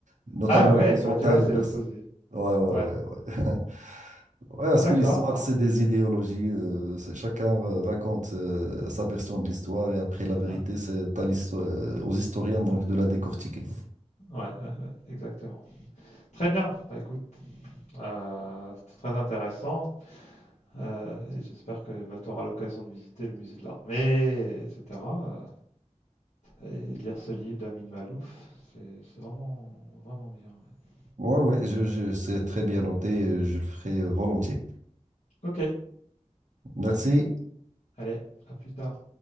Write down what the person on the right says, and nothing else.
notamment
les Byzantins
et
les Perses.
Ouais, ouais,
ouais, ouais. <laughs> Ouais, parce
que l'histoire,
c'est des idéologies. euh, c'est- chacun euh, raconte euh, sa version de l'histoire et après la vérité,
c'est à l'histo- euh, aux historiens donc
de la décortiquer.
Ouais, ouais, je, je, c'est très bien noté, euh, je le ferai euh, volontiers.
Merci.